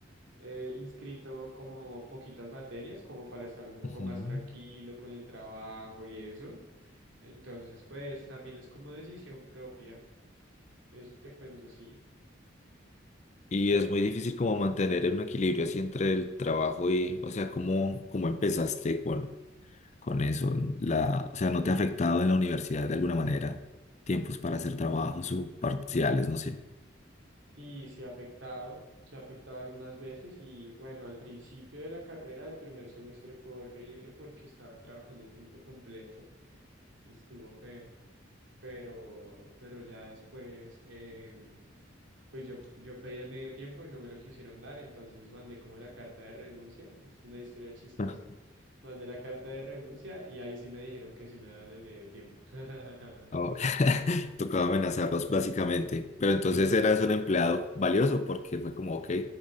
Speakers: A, on the right; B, on the left.
A: eh, inscrito como poquitas materias, como para estar un poco
B: Ujú.
A: más tranquilo con el trabajo y eso. Entonces, pues también es como decisión propia, eso te cuento, sí,
B: Y
A: pero
B: es
A: bueno.
B: muy difícil como mantener un equilibrio así entre el trabajo y, o sea, ¿cómo, cómo empezaste con, con eso? La, o sea, ¿no te ha afectado en la universidad de alguna manera? Tiempos para hacer trabajos o parciales, no sé.
A: Sí, sí ha afectado, se ha afectado algunas veces y bueno, al principio de la carrera, el primer semestre fue horrible porque estaba trabajando tiempo completo, <laughs> estuvo feo, pero, pero ya después, em, pues yo, yo pedí el medio tiempo y no me lo quisieron dar, entonces mandé como la carta de renuncia, es una historia chistosa,
B: Ah,
A: mandé la carta de renuncia y ahí sí me dijeron que sí me daban el medio tiempo. <laughs>
B: Oh, <laughs> tocaba amenazarlos básicamente. Pero entonces
A: Sí.
B: eras un empleado valioso porque fue como, ok,